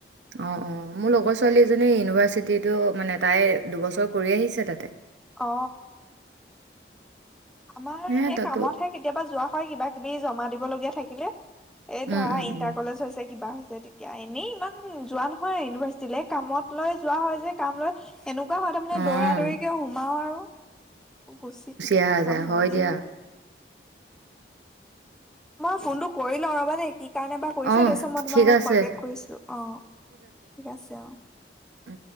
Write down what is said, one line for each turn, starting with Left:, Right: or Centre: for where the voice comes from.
Right: অ অ মোৰ লগৰ ছোৱালী এজনী ইউনিভাৰ্চিটিটো মানে তাই দুবছৰ কৰি আহিছে তাতে
Centre: অ আমাৰ
Right: হে
Centre: সেই
Right: তাতো
Centre: কামতহে কেতিয়াবা যোৱা হয় কিবা কিবি জমা দিব লগীয়া থাকিলে। এ,
Right: উম,
Centre: ধৰা
Right: উম,
Centre: ইণ্টাৰ
Right: উম,
Centre: কলেজ হৈছে কিবা হৈছে। তেতিয়া এনেই ইমান যোৱা নহয় ইউনিভাৰ্চিটিলে কামত লৈ যোৱা হয় যে কাম লৈ এনেকুৱা হয় তাৰমানে
Right: অ',
Centre: দৌৰা-দৌৰিকে সোমাও আৰু গুচি
Right: হয়,
Centre: আহো উম
Right: দিয়া।
Centre: মই ফোন টো কৰি লও ৰবা দেই। কি, কাৰণে বা কৰিছে,
Right: অ',
Centre: তাৰপিছত মই তোমাৰ
Right: ঠিক আছে,
Centre: কল বেক কৰিছো। অ, ঠিক আছে অ।
Right: আ।